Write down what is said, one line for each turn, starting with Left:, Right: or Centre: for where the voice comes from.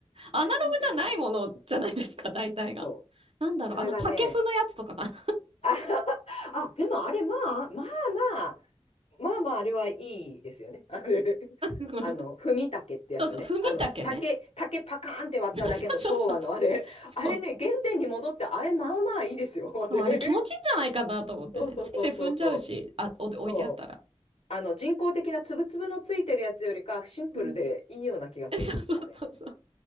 Right: アナログじゃないものじゃないですか、
Left: うん、
Right: 大体が。
Left: そう。
Right: なんだろう、
Left: それがね、
Right: あの竹踏むやつとかかな。
Left: あ、<laughs> あでもあれ、まあ、まあまあ、まあまあ、あれはいいですよね。<laughs> あれ、
Right: <laughs>
Left: あの、踏み竹ってやつね。
Right: そうそう、踏み竹ね。
Left: あの、竹、竹パカーンって割っただけの昭和のあれ。
Right: <laughs> そうそうそうそう。そう、
Left: あれね、原点に戻って、あれ、まあまあいいですよ、<laughs> あれ。
Right: そう、あれ気持ちいいんじゃないかなと思ってね。
Left: そうそうそうそうそう。
Right: ついつい踏んじゃうし、あ、お置いてあったら。
Left: そう。あの、人工的なつぶつぶのついてるやつよりか、シンプルでいいような気がします、
Right: うん。<laughs> そうそうそうそう。
Left: あれ。